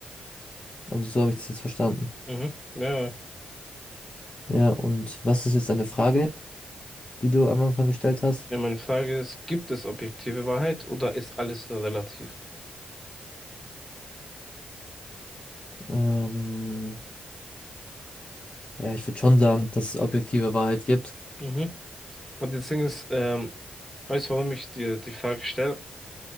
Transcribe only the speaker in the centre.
Mhm. Ja, ja,
Ja, meine Frage ist, gibt es objektive Wahrheit oder ist alles nur relativ?
Mhm. Und das Ding ist, ähm, weißt du, warum ich dir die Frage stelle?